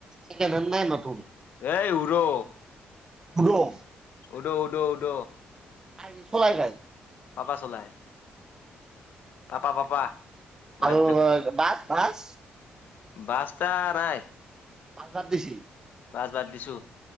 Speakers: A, on the right; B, on the left.
A: একেধননে নতুন <unintelligible>
B: এই উৰো।
A: গুদম
B: উদ্- উদ্ -উদ্
A: আহি চলাই গ
B: পাপা চলাই তাপা পাপা মানে
A: আৰু বাত ভাজ
B: বাস্তা নাই
A: পাছজা দেচি
B: কাজ বাদ দিছোঁ,